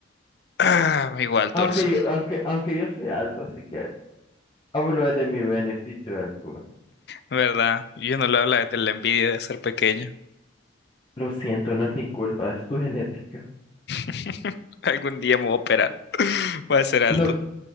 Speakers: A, on the left; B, on the left.
A: Ah, igual torso,
B: Aunque yo, aunque, aunque yo soy alto, así que hablo de mi beneficio de altura.
A: ¿verdad? yo no lo habla de la envidia de ser pequeño.
B: Lo siento, no es mi culpa, es tu genética.
A: <laughs> Algún día me voy a operar. <laughs> Voy a ser alto.
B: No,